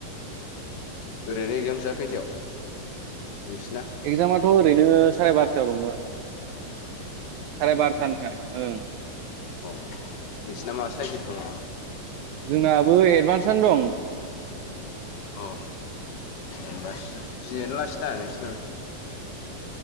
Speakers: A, on the left; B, on the right.
A: ओरैनो एकजामसआ खैथायाव नोंसिना
B: एक्जामाथ' ओरैनो साराय बार'थायाव दंमोन। साराय बार'थानिफ्राय ओं-
A: अ नोंसना मा साइजिद दङ?
B: जोंनाबो एडभान्सनो दं।
A: औ एदभान्स दिनैनो लाज ना बोसोरना?